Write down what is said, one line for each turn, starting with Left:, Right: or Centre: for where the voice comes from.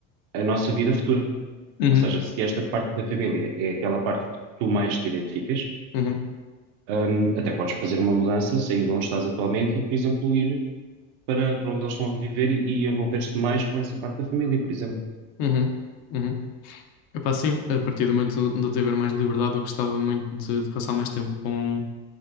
Right: a nossa vida futura.
Left: uhum,
Right: Ou seja, se esta parte da família é aquela parte que tu mais te identificas,
Left: uhum,
Right: hum, até podes fazer uma mudança, sair de onde estás atualmente e, por exemplo, ir para, para onde eles estão a viver e, e envolver-te mais com essa parte da família, por exemplo.
Left: uhum, uhum. Epá, sim, a partir do momento onde eu tiver mais liberdade, eu gostava muito de, de passar mais tempo com,